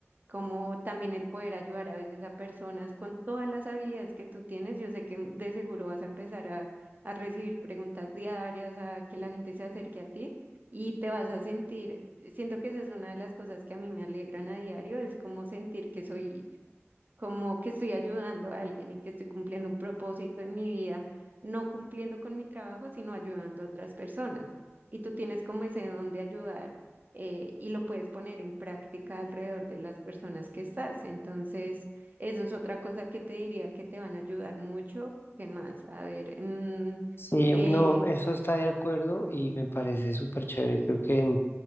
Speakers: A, on the right; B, on the left.
A: Como también el poder ayudar a veces a personas con todas las habilidades que tú tienes. Yo sé que de seguro vas a empezar a, a recibir preguntas diarias, a que la gente se acerque a ti y te vas a sentir, siento que esa es una de las cosas que a mí me alegran a diario, es como sentir que soy como que estoy ayudando a alguien y que estoy cumpliendo un propósito en mi vida, no cumpliendo con mi trabajo, sino ayudando a otras personas. Y tú tienes como ese don de ayudar eh, y lo puedes poner en práctica alrededor de las personas que estás. Entonces, eso es otra cosa que te diría que te van a ayudar mucho. ¿Qué más? A ver, mm,
B: Sí,
A: eh,
B: no, eso está de acuerdo y me parece súper chévere. Creo que mm,